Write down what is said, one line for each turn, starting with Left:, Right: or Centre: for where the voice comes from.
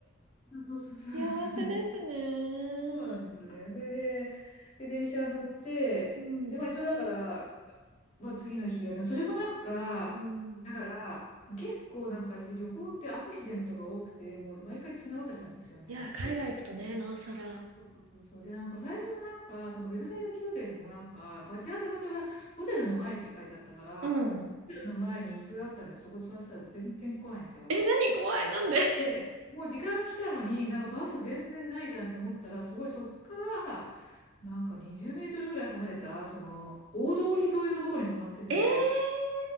Left: そうそうそう。
Right: い幸せですね。
Left: そうなんですよね。それで、で、電車乗って、
Right: うん。
Left: で、まあ一応だから、まあ次の日は、でもそれもなんか、
Right: うん。
Left: だから、結構なんか私旅行ってアクシデントが多くて、もう毎回綱渡りなんですよね。
Right: いや、海外行くとね、
Left: で、
Right: なおさら。
Left: そうそうそうで、なんか最初のなんか、そのベルサイユ宮殿もなんか、待ち合わせ場所がホテルの前って書いてあったから、
Right: うん。
Left: ホテルの前に椅子があったんで、そこ座ってたら全然来ないんですよ。
Right: え、何怖い、なんで <laughs>
Left: で、もう時間来たのに、なんかバス全然ないじゃんと思ったら、すごいそっから、なんか20メートルぐらい離れた、その、大通り沿いのところに泊まってて、
Right: えー